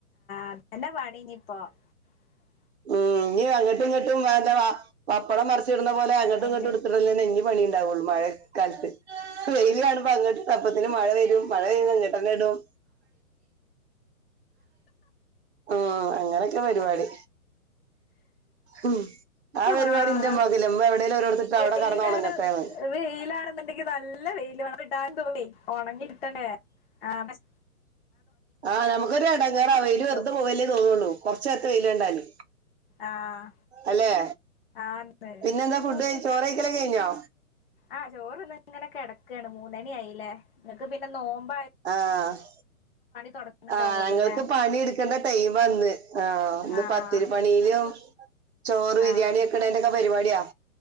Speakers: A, on the left; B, on the right.
A: അതന്നെ <unintelligible>
B: മ്മ് ഇനി അങ്ങട്ടും ഇങ്ങട്ടും വെറുതെ പപ്പടം മറിച്ചിടുന്ന പോലെ അങ്ങട്ടും
A: വെയില്
B: ഇങ്ങട്ടും എടുത്തിടലെന്നെ ഇനി പണി ഉണ്ടാവുള്ളൂ മഴ കാലത്ത് വെയില് കാണുമ്പോൾ അങ്ങട് ഇടും അപ്പത്തേന്ന് മഴ വരും മഴ പെയ്യുമ്പോൾ ഇങ്ങട്ടന്നെ ഇടും മ്മ് അങ്ങനൊക്കെ പരിപാടി ഉം ആ പരിപാടിന്റെ
A: ആഹ്
B: ഉമ്മാക്കില്ല ഉമ്മ എവിടെലും ഓരുടത്തിട്ട അവിടെ
A: വെയിലാണ്
B: കെടന്നൊണങ്ങട്ടേന്ന്
A: വെയിലാണെന്നുണ്ടെങ്കി <unintelligible> ഉണങ്ങി കിട്ടണ്ടേ ആഹ് പക്ഷേ
B: ആഹ് നമുക്കൊരു ഇടങ്ങാറാ വെയില്
A: പൊറത്തിടും
B: വെറുതെ പോകലേ തോന്നുള്ളൂ കുറച്ച് നേരത്തെ വെയില് കണ്ടാല്
A: ആഹ്
B: അല്ലെ
A: ആന്ന്
B: പിന്നെ എന്താ ഫുഡ് കഴിക്കല് ചോറ്ക്കഴിക്കല് ഒക്കെ കഴിഞ്ഞോ
A: ആഹ് ചോറ് തിന്ന് ഇങ്ങനെ കെടക്കയാണ് മൂന്നണി ആയില്ലേ നിങ്ങക്ക് പിന്നെ നോമ്പ
B: ആഹ്
A: തുടങ്ങണ്ടാവുള്ളൂല്ലേ
B: ആഹ് ഞങ്ങൾക്ക് പണി എടുക്കണ്ട ടൈം ആന്ന് ആഹ് ഇന്ന്
A: ആഹ്
B: പത്തിരി പണിയിലും ചോറ് ബിരിയാണി
A: ആഹ്
B: വെക്കണന്റെക്കെ പരിപാടിയാ